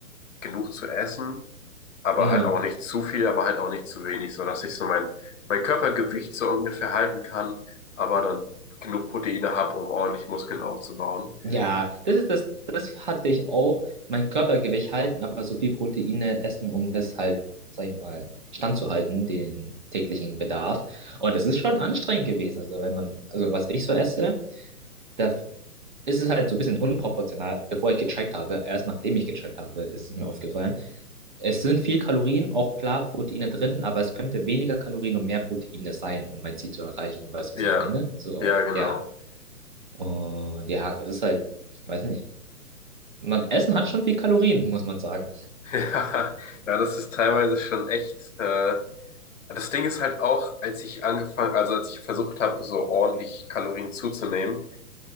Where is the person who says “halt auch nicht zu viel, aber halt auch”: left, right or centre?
Left